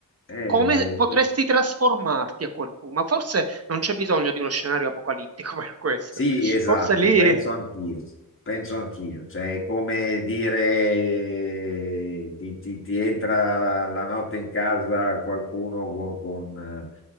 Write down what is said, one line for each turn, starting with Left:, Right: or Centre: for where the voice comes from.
Left: Eh,
Right: come potresti trasformarti a quel punto? Ma forse non c'è bisogno di uno scenario apocalittico <laughs> per questo.
Left: Sì, esatto,
Right: Forse lì,
Left: penso anch'io, penso anch'io, cioè è come dire eh, ti, ti- ti entra la, la notte in casa qualcuno con, con, eh,